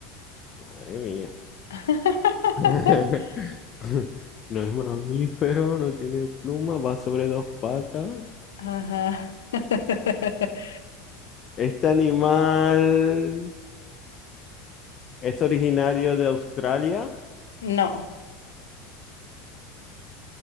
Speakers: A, on the left; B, on the left.
A: Madre mía.
B: <laughs>
A: <laughs> <laughs> No es mamífero, no tiene pluma, va sobre dos patas.
B: Ajá. <laughs>
A: Este animal es originario de Australia.
B: No,